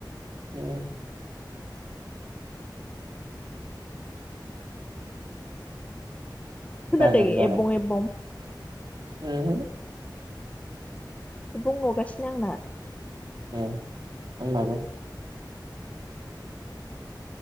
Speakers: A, on the right; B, on the left.
A: औ
B: खोनादै
A: जागोन जागोन
B: एफबं-एफबं
A: ओहो
B: बुंबावगासिनो आंना
A: होम आंनाबो